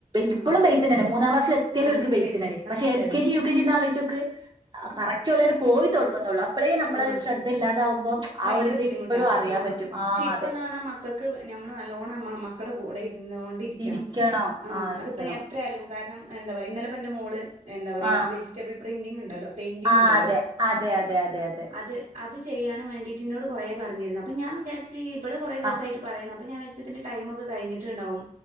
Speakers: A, on the right; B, on the right.
A: ആഹ്
B: ഇപ്പോഴും പൈസ തന്നെയാണ് മൂന്നാം ക്ലാസി എത്തിയാലുംർക്ക്
A: ആഹ്
B: പൈസ
A: ബേസൻ
B: താണ് പക്ഷ
A: ആഹ് അതെ
B: എൽ
A: അതന്നെ
B: കെ ജി യു കെ ജി എന്നന്ന് ആോക്ക് കറക്റ്റ്ലോട്ട് പോയി തുടങ്ങുന്നുള്ളൂ അപ്പോഴേ നമ്മള്
A: ആഹ
B: ശ്രദ്ധ ഇല്ലാതാവുമ്പം
A: ഭയങ്കര
B: ആ ഒരു ഇത്
A: ബുദ്ധിമുട്ടാ
B: ഇപ്പോഴും അറിയാൻ
A: ആ
B: പറ്റും ആ
A: പക്ഷെ ഇപ്പന്ന്
B: അതെ
A: പറഞ്ഞാ മക്കൾക്ക് ഞമ്മള് നല്ലോണംമ്മ മക്കളുടെ കൂടെ ഇ ചൊറിഞ്ഞുന്നൊണ്ടിരിക്കണം
B: ഇരിക്കണോ
A: ആ
B: ഇരിക്കണം
A: അതിപ്പനി എത്രയാലും കാരണം എന്താ പറയുക ഇന്നലെ തന്നെ മോള് എന്താ പറയയാ
B: ആ
A: വെജിറ്റബിൾ പ്രിന്റിംഗങ് ഉണ്ടല്ലോ പെയിന്റിംഗ്
B: ആ
A: ഉണ്ടല്ലോ
B: അതെ അതെ അതെ അതെ അതെ അതെ
A: അത് അത് ചെയ്യാനും വേണ്ടീട്ടി ഇനോട് കൊറേ പറഞ്ഞിരുന്നു അപ്പൊ ഞാൻ വിചാരി ഇവള് കൊറെ ദിവസയിട്ട്
B: ആ
A: പറയണം അപ്പ ഞാൻ വിചാരിച്ച് ഇതിന്റെ ടൈമൊക്കെ കഴിഞ്ഞട്ടുണ്ടാവും